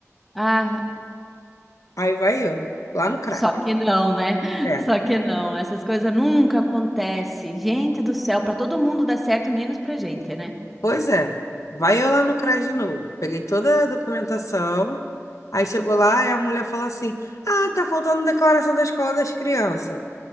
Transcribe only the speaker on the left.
Aí vai eu, lá no CRAS.
É,
pois é. Vai eu lá no CRAS de novo. Peguei toda a documentação. Aí chegou lá e a mulher falou assim: Ah, tá faltando declaração da escola das crianças.